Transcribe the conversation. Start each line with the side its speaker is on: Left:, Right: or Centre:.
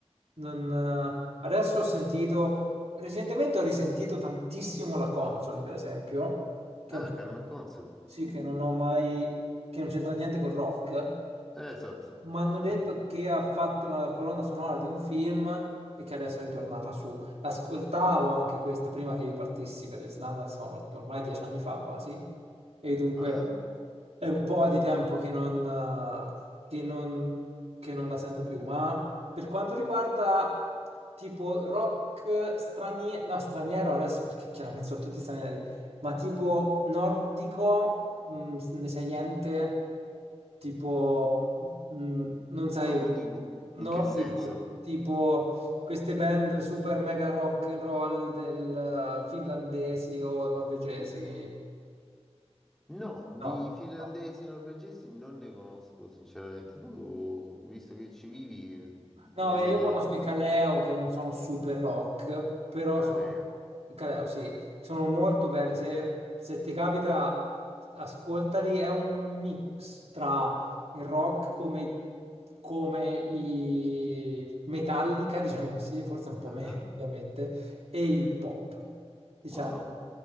Right: Non, eh, adesso ho sentito, recentemente ho risentito tantissimo la Consoli, per esempio, che
Centre: Ah,
Right: è un
Centre: Carmen Consoli.
Right: sì,
Centre: Mm.
Right: che non ho mai, che non c'entra niente col rock.
Centre: Eh, esatto.
Right: Mi hanno detto
Centre: <laughs>
Right: che ha fatto la colonna sonora di un film e che adesso è ritornata su. L'ascoltavo anche questa prima che io partissi per l'Islanda, sono ormai dieci anni fa quasi, e dunque
Centre: Ah,
Right: è un po' di tempo che non, eh, che non, che non la sento più. Ma per quanto riguarda tipo rock straniero, no, straniero adesso perché chiaramente sono tutti stranieri ma tipo nordico, mh, s- ne sai niente? Tipo, mh, non sai,
Centre: Nordico,
Right: un- nordico,
Centre: in che senso?
Right: tipo queste band super mega rock and roll del eh, finlandesi o norvegesi?
Centre: No, di
Right: No,
Centre: finlandesi,
Right: no.
Centre: norvegesi non ne conosco, sinceramente. Tu, visto che ci vivi, me
Right: No,
Centre: ne
Right: eh,
Centre: sai
Right: io
Centre: dire
Right: conosco
Centre: qualcosa?
Right: i Kaleo che non sono super rock, però
Centre: Caleo.
Right: sono i Kaleo, sì, sono molto belli. Se, se ti capita, ascoltali. È un mix tra il rock come, come i Metallica, diciamo così, forse un po'
Centre: Ah,
Right: meno, ovviamente, e il pop. Diciamo,
Centre: Wow.